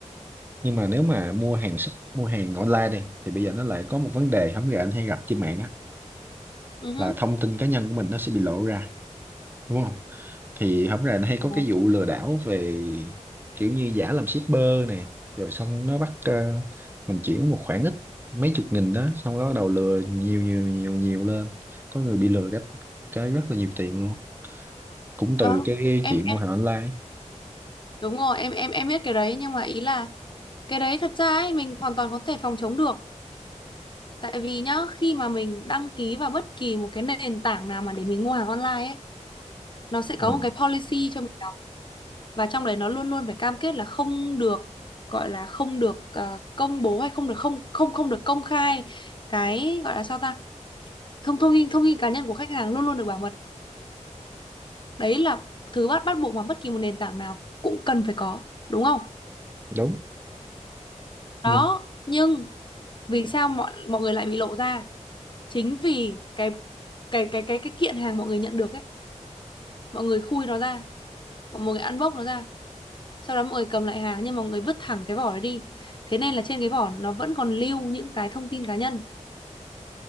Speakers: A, on the right; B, on the left.
A: nhưng mà nếu mà mua hàng shop- mua hàng online đi thì bây giờ nó lại có một vấn đề không gà anh hay gặp trên mạng á
B: ừ. hứ.
A: là thông tin cá nhân của mình nó sẽ bị lộ ra đúng không thì không gà nó hay
B: Ờ,
A: có cái vụ lừa đảo về kiểu như giả làm shipper này rồi xong nó bắt ờ, mình chuyển một khoản ít mấy chục nghìn đó xong nó bắt đầu lừa nhiều nhiều nhiều nhiều lên có người bị lừa cái cái rất là nhiều tiền luôn cũng từ
B: vâng
A: cái
B: em
A: chị
B: em
A: mua hàng online
B: đúng rồi em em em biết cái đấy nhưng mà ý là cái đấy thật ra ấy mình hoàn toàn có thể phòng chống được Tại vì nhá, khi mà mình đăng ký vào bất kỳ một cái nền tảng nào mà để mình mua hàng online ấy, nó sẽ có
A: ừ,
B: một cái policy cho mình đọc và trong đấy nó luôn luôn phải cam kết là không được gọi là không được ờ, công bố hay không được không không không được công khai cái gọi là sao ta? Thông thông tin thông tin cá nhân của khách hàng luôn luôn được bảo mật. Đấy là thứ bắt bắt buộc mà bất kỳ một nền tảng nào cũng cần phải có, đúng không?
A: đúng
B: Đó,
A: nhưng
B: nhưng vì sao mọi mọi người lại bị lộ ra? Chính vì cái cái cái cái cái kiện hàng mọi người nhận được ấy, mọi người khui nó ra mọi người ăn bốc nó ra sau đó mọi người cầm lại hàng nhưng mà mọi người vứt thẳng cái vỏ đó đi thế nên là trên cái vỏ nó vẫn còn lưu những cái thông tin cá nhân